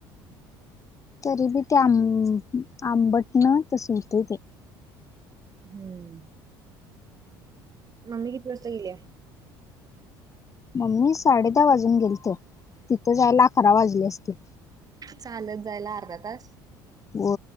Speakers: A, on the left (about 30°); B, on the right (about 35°).
A: तरी बी ते आं आंबटण तस हुतंय ते.
B: हम्म. मममी किती वाजता गील्या.
A: मम्मी साडे दहा वाजून गेल तर तिथं जायला अकरा वाजले असतील.
B: चालत जायला अर्धा तास.
A: हो